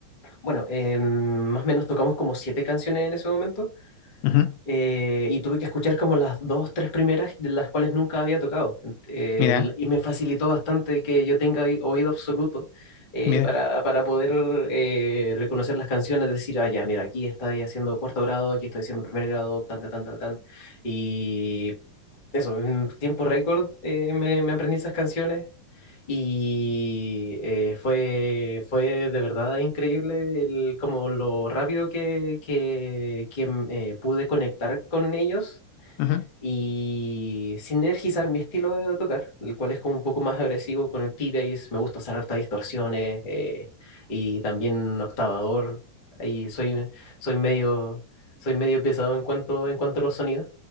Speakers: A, on the left; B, on the left.
A: bueno, eh, más o menos tocamos como siete canciones en ese momento
B: ujú.
A: eh, y tuve que escuchar como las dos, tres primeras de las cuales nunca había tocado. Ent- eh,
B: Mira,
A: el- y me facilitó bastante que yo tenga oí- oído absoluto eh,
B: mira.
A: para, para poder eh, reconocer las canciones, decir, ah, ya, mira, aquí estoy haciendo cuarto grado, aquí estoy haciendo primer grado, tan, tan, tan, tan, tan. Y eso, en tiempo récord eh, me, me aprendí esas canciones y eh, fue, fue de verdad increíble el, como lo rápido que, que, que, mm, eh, pude conectar con ellos
B: ujú.
A: y sinergizar mi estilo de tocar, el cual es como un poco más agresivo con el P-Bass, me gusta hacer hartas distorsiones eh, y también octavador, y soy, soy medio, soy medio pesado en cuanto, en cuanto a los sonidos,